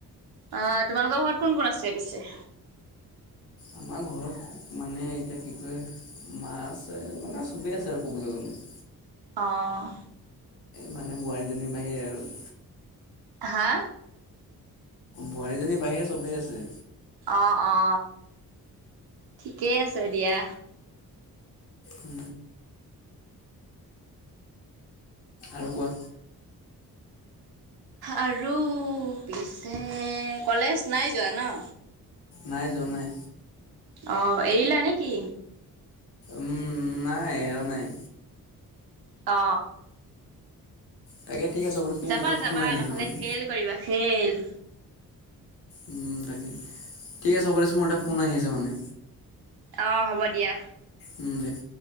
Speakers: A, on the right; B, on the left.
A: আহ তোমালোকৰ ঘৰত কোন কোন আছে পিছে
B: আমাৰ ঘৰত মানে এতিয়া কি কয় মা আছে মানে চবে আছে আৰু ক'বলৈ গলে <inaudible>
A: অঁ
B: মানে বোৱাৰীজনীৰ বাহিৰে আৰু
A: হা
B: বোৱাৰীজনীৰ বাহিৰে চবেই আছে
A: অ অ ঠিকেই আছে দিয়া
B: উ আৰু কোৱা
A: আৰু পিছে কলেজ নাই যোৱা ন
B: নাই যোৱা নাই
A: অ এৰিলা নেকি?
B: উম নাই এৰা নাই
A: অ
B: তাকে ঠিক আছে হ'ব দেচোন মোক
A: যাবা
B: এটা ফোন
A: যাবা
B: আহি আছে
A: নহ'লে
B: মানে
A: ফেইল কৰিবা ফেইল
B: উম তাকেই ঠিক আছে মোৰ এটা ফোন আহি আছে মানে
A: অ হ'ব দিয়া।
B: উম দিয়া